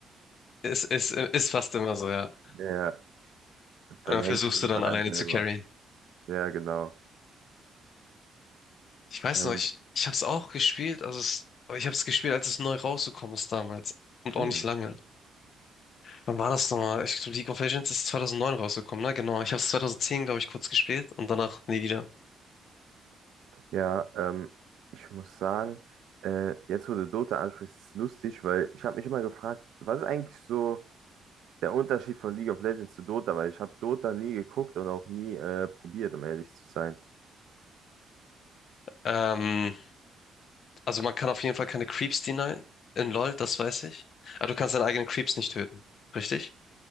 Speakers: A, on the left; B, on the right.
A: Ist, ist, ist fast immer so, ja.
B: <laughs> ja, dann
A: Und dann
B: hängt
A: versuchst
B: alles
A: du dann
B: an
A: alleine
B: einem selber.
A: zu carryen.
B: Ja, genau.
A: Ich weiß
B: Ähm,
A: noch, ich, ich habe es auch gespielt, also es, ich habe es gespielt, als es neu rausgekommen ist damals. Und auch
B: hm.
A: nicht lange. Wann war das nochmal? Ich glaube, League of Legends ist 2009 rausgekommen, ne? Genau. Ich habe hab's 2010, glaube ich, kurz gespielt und danach nie wieder.
B: ja, ähm, ich muss sagen, äh, jetzt wo du Dota ansprichst, ist es lustig, weil ich habe mich immer gefragt, was ist eigentlich so der Unterschied von League of Legends zu Dota? Weil ich habe Dota nie geguckt und auch nie äh, probiert, um ehrlich zu sein.
A: Ähm, Also man kann auf jeden Fall keine Creeps denyen in LoL, das weiß ich. Aber du kannst deine eigenen Creeps nicht töten, richtig?